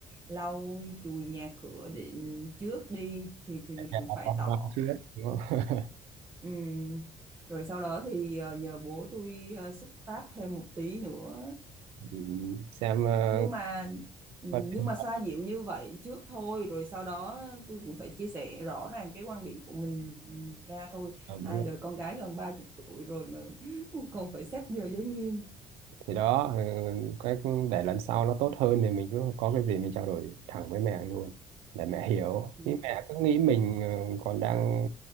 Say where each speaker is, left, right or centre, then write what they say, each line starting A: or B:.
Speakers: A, on the right; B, on the right.
A: lau chùi nhà cửa để trước đi thì thì mình
B: bà
A: cũng phải
B: con
A: tỏ
B: ngoan chưa đấy đúng không? <laughs>
A: ừ. Rồi sau đó thì ờ, nhờ bố tôi ờ, xúc tác thêm một tí nữa
B: Ừ, xem ờ,
A: nhưng mà ừ,
B: Có
A: nhưng
B: thể.
A: mà xoa dịu như vậy trước thôi rồi sau đó tôi cũng phải chia sẻ rõ ràng cái quan điểm của mình ra thôi
B: Ờ, đúng
A: ai
B: rồi.
A: đời con gái gần ba chục tuổi rồi mà <laughs> còn phải xét giờ giới nghiêm
B: Thì đó, ờ, cái để lần sau nó tốt hơn thì mình cứ có cái gì mình trao đổi thẳng với mẹ luôn để mẹ hiểu.
A: Ừ.
B: Chứ mẹ cứ nghĩ mình ờ, còn đang